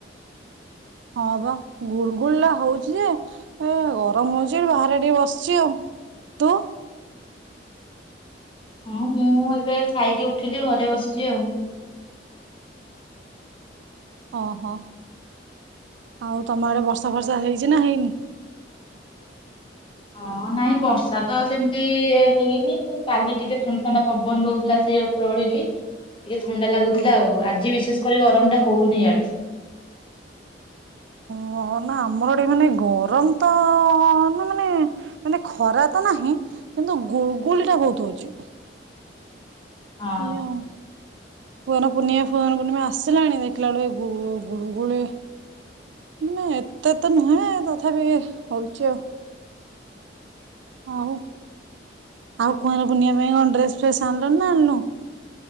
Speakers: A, on the right; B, on the left.
A: <inaudible> ହଁ ବା ଗୁଳ ଗୁଳ ଟା ହଉଛି ଯେ ଏ ଗରମ ହଉଛି। ବାହାରେ ଟିକେ ବସିଛି ଆଉ ତୁ।
B: ହଁ ମୁଁ ଏବେ ଖାଇକି ଉଠିଲି ଘରେ ବସିଛିି ଆଉ।
A: ଓହୋ <inaudible> ଆଉ ତମ ଆଡ଼େ ବର୍ଷା ବର୍ଷା ହେଇଛି ନା ହେଇନି। <inaudible>
B: ହଁ ନାଇଁ ବର୍ଷା ତ ସେମିତି ହେଇନି। କାଲି ଟିକେ ଥଣ୍ଡା ଥଣ୍ଡା ପବନ ଦଉଥିଲା। ସେଇ ଓପରଓଳିକି ଟିକେ ଥଣ୍ଡା ଲାଗୁଥିଲା।
A: ହଁ
B: ଆଉ ଆଜି ବିଶେଷ କରି ଗରମ ଟା ହଉନି ଇଆଡ଼େ। <inaudible>
A: ହଁ ନା ଆମର ଏଠି ମାନେ ଗରମ ତ ନା ମାନେ ମାନେ ଖରା ତ ନାହିଁ। କିନ୍ତୁ ଗୁଳଗୁଳି ଟା ବହୁତ ହଉଛି।
B: ହଁ
A: <unintelligible> କୁଆଁର ପୂର୍ଣ୍ଣିମା ଫୁଆଁର ପୂର୍ଣ୍ଣିମା ଆସିଲାଣି। ଦେଖିଲା ବେଳକୁ ଏଇ ଗୁ ଗୁଳୁଗୁଳି ନାଇଁ ଏତେ ତ ନୁହେଁ ତଥାପି ହଉଛି ଆଉ। ଆଉ <inaudible> ଆଉ କୁଆଁର ପୂର୍ଣ୍ଣିମା ପାଇଁ କଣ ଡ୍ରେସ ଫ୍ରେସ୍ ଆଣିଲୁଣି ନା ଆଣିନୁ।